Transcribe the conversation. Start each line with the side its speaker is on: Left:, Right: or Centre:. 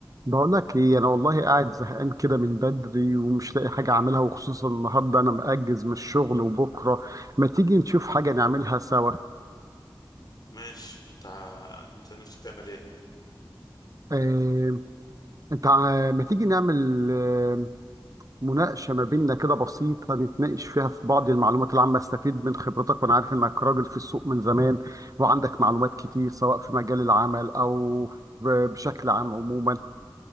Right: بقول لك ايه انا والله قاعد زهقان كده من بدري ومش لاقي حاجه اعملها وخصوصا النهارده انا مأجز من الشغل وبكره ما تيجي نشوف حاجه نعملها سوا
Left: ماشي انت انت نفسك تعمل ايه
Right: آه، انت ع- ما تيجي نعمل آه، مناقشه ما بيننا كده بسيطه نتناقش فيها في بعض المعلومات العامه استفيد من خبرتك وانا عارف انك راجل في السوق من زمان وعندك معلومات كتير سواء في مجال العمل او ب- بشكل عام عموما